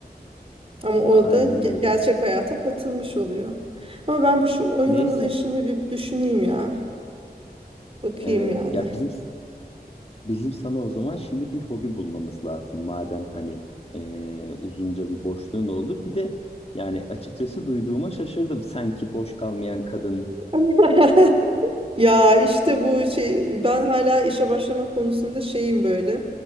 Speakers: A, on the right; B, on the left.
A: Ama o
B: Aynen
A: da ge-
B: öyle.
A: gerçek hayata katılmış oluyor. Ama ben bu şu oyun
B: Neyse.
A: hamuru işini bir düşüneyim ya. Bakayım
B: Evet
A: yani.
B: ya bizim bizim sana o zaman şimdi bir hobi bulmamız lazım madem hani eee, uzunca bir boşluğun oldu. Bir de yani açıkçası duyduğuma şaşırdım. Sanki boş kalmayan kadın.
A: <laughs> Ya işte bu şey ben hala işe başlamak konusunda şeyim böyle.